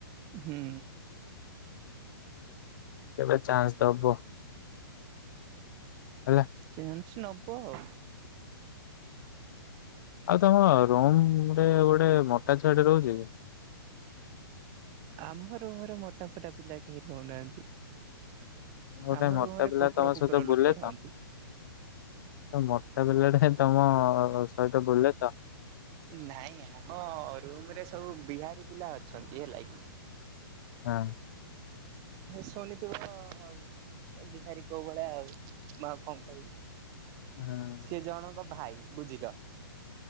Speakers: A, on the right (about 30°); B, on the left (about 55°).
A: ହୁଁ।
B: କେବେ ଚାନ୍ସ ଦବ। ହେଲା।
A: ଚାଁ। ନବ ଆଉ।
B: ଆଉ ତମ ରୁମରେ ଗୋଟେ ମୋଟା ଛୁଆ ଟା ରହୁଛି କି।
A: ଆମର ରୁମ ରେ ମୋଟା ଫୋଟା ପିଲା କେହି ରହୁନାହାନ୍ତି।
B: ମାନେ ଗୋଟେ
A: ଆମ
B: ମୋଟା
A: ରୁମରେ
B: ପିଲା
A: କୁକୁର
B: ତମ
A: ଫୁକୁର
B: ସହିତ ବୁଲେ
A: ଲୋକ ରହନ୍ତି।
B: ତ ଗୋଟେ ମ ମୋଟା ପିଲା ଟେ ତମ। ସହିତ ବୁଲେ ତ?
A: ନାଇଁ ଆମ ରୁମ ରେ। ସବୁ ବିହାରୀ ପିଲା ଅଛନ୍ତି ହେଲା କି।
B: ହଁ।
A: ଶୁଣିଥିବ ଆଉ ବିହାରୀ କୋଉ ଭଳିଆ ଆଉ। ମୁଁ ଆଉ କଣ କହିବି
B: ହୁଁ
A: ସିଏ ଜଣଙ୍କ ଭାଇ। ବୁଝିଲ।